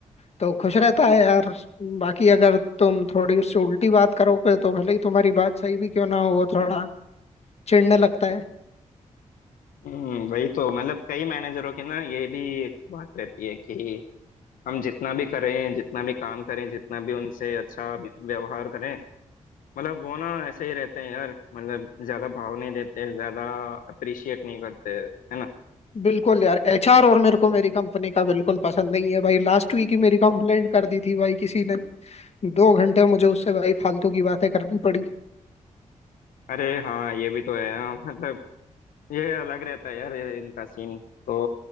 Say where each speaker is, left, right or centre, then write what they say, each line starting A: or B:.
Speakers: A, on the left; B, on the left.
A: तो खुश रहता है यार बाकी अगर तुम थोड़ी उससे उल्टी बात करोगे तो भले ही तुम्हारी बात सही भी क्यों ना हो वो थोड़ा चिढ़ने लगता है
B: हम्म वही तो मतलब कई मैनेजरों की ना ये भी एक बात रहती है कि हम जितना भी करें जितना भी काम करें जितना भी उनसे अच्छा व्यवहार करें मतलब वो ना ऐसे ही रहते हैं यार मतलब ज्यादा भाव नहीं देते ज्यादा अप्रिशिएट नहीं करते है ना
A: बिल्कुल यार एचआर और मेरे को मेरी कंपनी का बिल्कुल पसंद नहीं है भाई लास्ट वीक ही मेरी कंप्लेंट कर दी थी भाई किसी ने दो घंटे मुझे उससे भाई फालतू की बातें करनी पड़ी
B: अरे हाँ ये भी तो है हाँ, मतलब ये अलग रहता है यार ये इनका सीन तो